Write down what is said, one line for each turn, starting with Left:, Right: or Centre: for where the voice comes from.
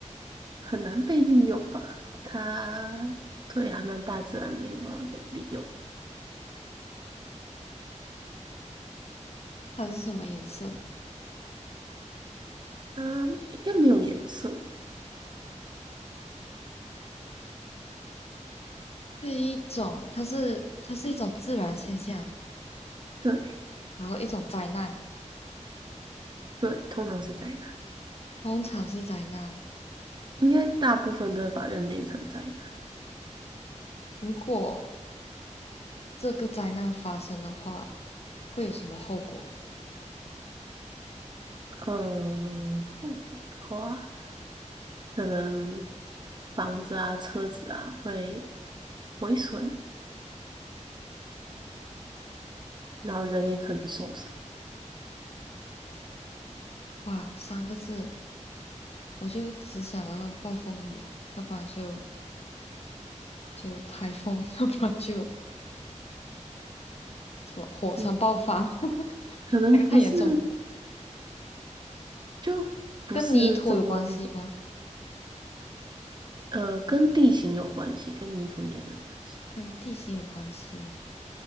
Right: 很难被利用吧？它对还蛮大自然没有办法被利用，
Left: 它是什么颜色的？
Right: 它应该没有颜色。
Left: 是一种，它是它是一种自然现象，
Right: 对
Left: 然后一种灾难，
Right: 对，通常是灾难，
Left: 通常是灾难。
Right: 应该大部分都会把认定成灾难。
Left: 如果这个灾难发生的话，会有什么后果？
Right: 嗯，后果的话，可能房子啊、车子啊会毁损，然后人也可能受伤。
Left: 哇，三个字，我就只想到暴风雨，要不然就就台风，<laughs> 要不然就什么火山爆发，
Right: 嗯，
Left: <laughs>
Right: 可能不是，
Left: 那个太严重了。
Right: 就不是这么
Left: 跟泥土有关系吗？
Right: 呃，跟地形有关系，跟泥土应该没有关系。
Left: 跟地形有关系。